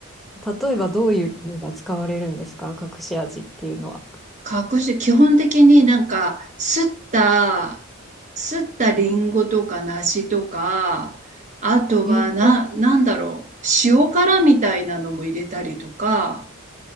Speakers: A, in the centre; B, on the right.
A: 例えばどういうのが使われるんですか隠し味っていうのは。
B: 加工して基本的になんか、すった、すったリンゴとか梨とか、あとはな、
A: え、
B: なんだろう、塩辛みたいなのも入れたりとか、